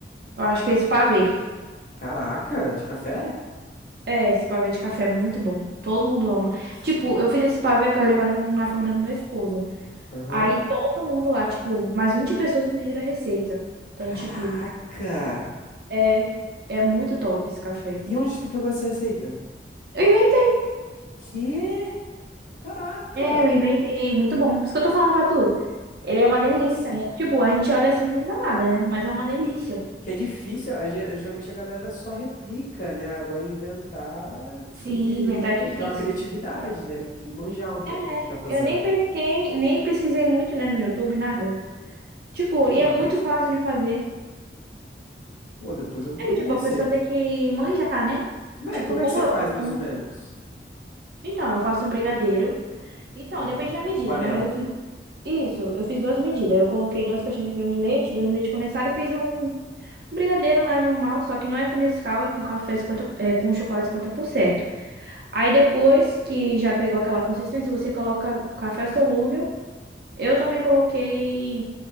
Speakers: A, on the right (about 60°); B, on the left (about 45°).
A: Eu acho que é esse pavê.
B: Caraca, de café?
A: É, esse pavê de café é muito bom. Todo mundo ama.
B: Isso.
A: Tipo, eu fiz esse pavê pra levar na família do meu esposo.
B: Aham.
A: Aí todo mundo lá, tipo, mais 20 pessoas me pediram a receita. Então,
B: Caraca!
A: tipo, é, é muito top esse café.
B: E onde tu pegou essa receita?
A: Eu inventei.
B: Que? Caraca!
A: É, eu inventei. Muito bom. Por isso que eu tô falando pra tu. Ele é uma delícia.
B: Nossa!
A: né? Tipo, a gente olha assim, não dá nada, né? Mas é uma delícia.
B: Que é difícil, a ge- geralmente a galera só replica, né? Agora inventar
A: Sim,
B: tem que,
A: inventar é difícil.
B: tem que ter uma criatividade, né? Tem que manjar um pouco
A: É,
B: do que tá fazendo.
A: eu nem pesquei, nem pesquisei muito, né, no YouTube, nada. Tipo,
B: Caraca!
A: e é muito fácil de fazer.
B: Pô, depois eu vou
A: É
B: querer
A: que, tipo,
B: a receita.
A: a pessoa tem que manjar, né?
B: Como é,
A: Tipo,
B: como
A: como
B: é que você
A: eu
B: faz
A: gosto
B: mais
A: muito.
B: ou menos?
A: Então, eu faço um brigadeiro. Então,
B: Uhum.
A: depende da medida,
B: De panela.
A: né? Mas eu fiz isso, eu fiz duas medidas. Eu coloquei duas caixinhas de creme de leite, dois leite condensado, e fiz um, um brigadeiro lá normal, só que não é com Nescau, é com café 50, é com chocolate 50%. Aí depois que já pegou aquela consistência, você coloca café solúvel. Eu também coloquei